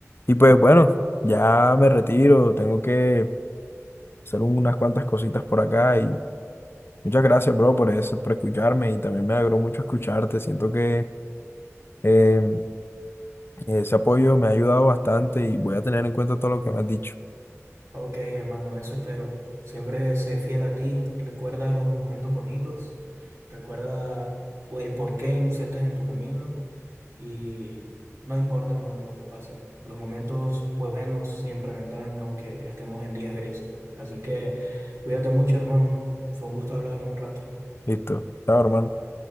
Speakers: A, on the left; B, on the right.
A: Y pues bueno, ya me retiro, tengo que hacer unas cuantas cositas por acá y muchas gracias, bro, por eso, por escucharme y también me alegró mucho escucharte. Siento que eh, ese apoyo me ha ayudado bastante y voy a tener en cuenta todo lo que me has dicho.
B: Ok, hermano, eso espero. Siempre sé fiel a ti, recuerda los momentos bonitos, recuerda pues, el por qué iniciaste en tu camino y no importa, hermano, lo que pase. Los momentos buenos siempre vendrán, aunque estemos en días grises. Así que cuídate mucho, hermano. Fue un gusto hablar un rato.
A: Listo, chao, hermano.